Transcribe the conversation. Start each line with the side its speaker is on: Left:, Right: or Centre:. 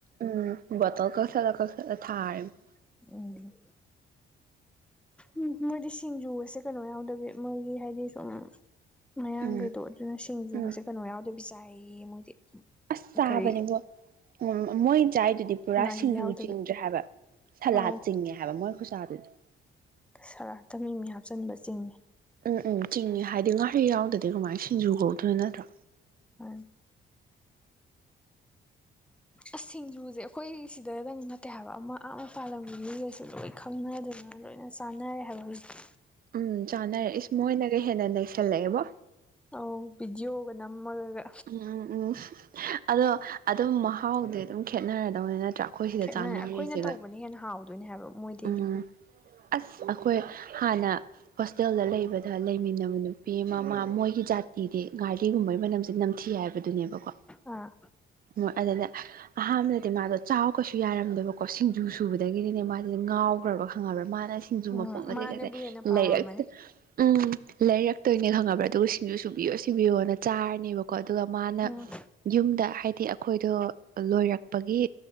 Right: ꯎꯝ ꯕꯣꯇꯜꯗ ꯆꯠꯂꯛꯠꯂ ꯊꯥꯔꯔꯤ <inaudible>
Centre: ꯎꯝ ꯎꯝ ꯃꯣꯏꯗꯤ ꯁꯤꯡꯖꯨꯒꯁꯦ ꯀꯩꯅꯣ ꯌꯥꯎꯗꯕꯤ ꯃꯣꯏꯒꯤ ꯍꯥꯏꯗꯤ ꯁꯨꯝ ꯃꯌꯥꯡꯒꯩꯗꯣ
Right: ꯎꯝ
Centre: ꯑꯗꯨꯅ ꯁꯤꯡꯖꯨꯒꯁꯦ
Right: ꯎꯝ
Centre: ꯀꯩꯅꯣ ꯌꯥꯎꯗꯕꯤ ꯆꯥꯏꯌꯦ ꯃꯣꯏꯗꯤ
Right: ꯆꯥꯕꯅꯦ
Centre: ꯀꯔꯤ
Right: ꯃꯣꯏ ꯎꯝ ꯃꯣꯢ ꯆꯥꯏꯗꯨꯗꯤ ꯄꯨꯔꯥ
Centre: ꯉꯥꯔꯤ
Right: ꯁꯤꯡꯖꯨ
Centre: ꯌꯥꯎꯗꯕꯤ
Right: ꯆꯤꯡꯗ꯭ꯔꯦ ꯍꯥꯏꯕ ꯁꯂꯥꯠ
Centre: ꯑꯧ
Right: ꯆꯤꯡꯉꯦ ꯍꯥꯏꯕ ꯃꯣꯏ ꯈꯨꯆꯥꯗꯨꯗꯤ
Centre: ꯁꯂꯥꯠꯇ ꯃꯤ ꯃꯤ ꯍꯥꯞꯆꯤꯟꯕ ꯆꯤꯡꯉꯦ
Right: ꯎꯝ ꯎꯝ ꯆꯤꯡꯉꯤ ꯍꯥꯏꯗꯤ ꯉꯥꯔꯤ ꯌꯥꯎꯗꯗꯤ ꯀꯃꯥꯏꯅ ꯁꯤꯡꯖꯨ ꯀꯧꯗꯣꯏ ꯅꯠꯇ꯭ꯔꯥ
Centre: <unintelligible> ꯑꯁ ꯁꯤꯡꯖꯨꯁꯦ ꯑꯩꯈꯣꯏ ꯁꯤꯗꯗꯪ ꯅꯠꯇꯦ ꯍꯥꯏꯕ ꯑꯃ ꯑꯥ ꯃꯄꯥꯂꯝꯒꯤ ꯃꯤꯒꯩꯁꯨ ꯂꯣꯏꯅ ꯈꯪꯅꯗꯨꯅ ꯂꯣꯏꯅ ꯆꯥꯟꯅꯔꯦ ꯍꯥꯏꯕ ꯍꯧꯖꯤꯛꯇꯤ
Right: ꯎꯝ ꯆꯥꯅꯔꯦ ꯏꯁ ꯃꯣꯏꯅꯒ ꯍꯦꯟꯅ ꯅꯩꯁꯜꯂꯛꯑꯦꯕꯣ
Centre: ꯑꯧ ꯚꯤꯗꯤꯑꯣꯒ ꯅꯝꯃꯒꯒ
Right: ꯎꯝ ꯎꯝ ꯎꯝ ꯑꯗꯣ ꯑꯗꯨꯝ ꯃꯍꯥꯎꯗꯤ ꯑꯗꯨꯝ ꯈꯦꯠꯅꯔꯗꯧꯅꯤ ꯅꯠꯇ꯭ꯔꯥ ꯑꯩꯈꯣꯏ ꯁꯤꯗ
Centre: ꯈꯦꯠꯅꯔꯦ
Right: ꯆꯥꯟꯅꯔꯤꯁꯤꯒ
Centre: ꯑꯩꯈꯣꯏꯅ ꯇꯧꯕꯅ ꯍꯦꯟꯅ ꯍꯥꯎꯗꯣꯏꯅꯦ ꯍꯥꯏꯕ ꯃꯣꯏꯗꯩꯗꯤ
Right: ꯎꯝ ꯑꯁ ꯑꯩꯈꯣꯏ ꯍꯥꯟꯅ ꯍꯣꯁꯇꯦꯜꯗ ꯂꯩꯕꯗ ꯂꯩꯃꯤꯟꯅꯕ ꯅꯨꯄꯤ ꯑꯃ ꯃꯥ ꯃꯣꯏꯒꯤ ꯖꯥꯇꯤꯗꯤ ꯉ ꯔꯤ ꯒꯨꯝꯕꯩ ꯃꯅꯝꯁꯦ ꯅꯝꯊꯤ ꯍꯥꯏꯕꯗꯨꯅꯦꯕꯀꯣ
Centre: ꯑꯥ
Right: ꯑꯣ ꯑꯗꯨꯗ ꯑꯍꯥꯟꯕꯗꯗꯤ ꯃꯥꯗꯣ ꯆꯥꯎ ꯀꯩꯁꯨ ꯌꯥꯔꯝꯗꯦꯕꯀꯣ ꯁꯤꯡꯖꯨ ꯁꯨꯕꯗꯒꯤꯗꯤꯅꯦ ꯃꯥ ꯉꯥꯎꯈ꯭ꯔꯕ ꯈꯪꯉꯕ꯭ꯔꯥ ꯃꯥꯅ ꯁꯤꯡꯖꯨ
Centre: ꯎꯝ
Right: ꯃꯄꯣꯠ ꯒꯁꯦ‌
Centre: ꯃꯥꯅꯕꯨ
Right: ꯀꯩ ꯀꯩ
Centre: ꯍꯦꯟꯅ ꯄꯥꯝꯃꯝꯃꯅꯤ
Right: ꯂꯩꯔꯛꯇ ꯎꯝ ꯂꯩꯔꯛꯇꯣꯏꯅꯦ ꯈꯪꯉꯕ꯭ꯔꯥ ꯑꯗꯨꯒ ꯁꯤꯡꯖꯨ ꯁꯨꯕꯤꯌꯣ ꯁꯨꯕꯤꯌꯣ ꯅꯅꯦ ꯆꯥꯔꯅꯦꯕꯀꯣ ꯑꯗꯨꯒ ꯃꯥꯅ
Centre: ꯎꯝ
Right: ꯌꯨꯝꯗ ꯍꯥꯏꯗꯤ ꯑꯩꯈꯣꯏꯗꯣ ꯂꯣꯏꯔꯛꯄꯒꯤ